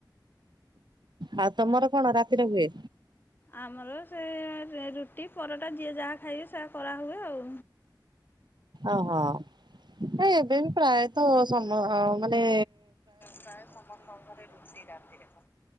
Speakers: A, on the right; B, on the left.
A: ଆଉ ତମର କଣ ରାତିରେ ହୁଏ?
B: ଆମର ସେ ରୁଟି ରୁଟି ପରଟା ଯିଏ ଯାହା ଖାଇବେ ସେହା କରା ହୁଏ ଆଉ।
A: ଓହୋ ଏବେ ବି ପ୍ରାୟତଃ ସମ ମାନେ
B: ପ୍ରାୟ ସମସ୍ତଙ୍କ ଘରେ ରୁଟି ରାତିରେ।